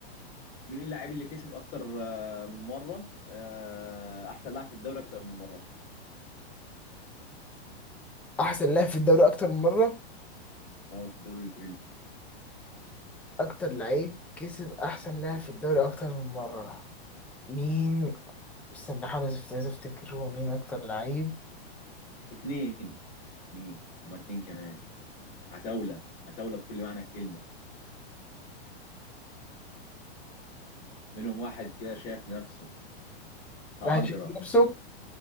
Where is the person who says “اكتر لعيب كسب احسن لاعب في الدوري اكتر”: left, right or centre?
Centre